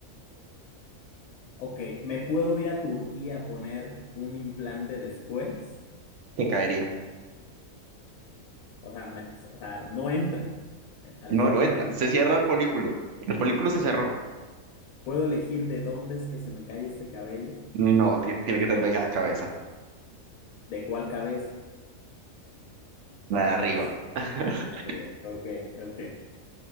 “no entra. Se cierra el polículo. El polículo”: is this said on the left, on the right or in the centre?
Right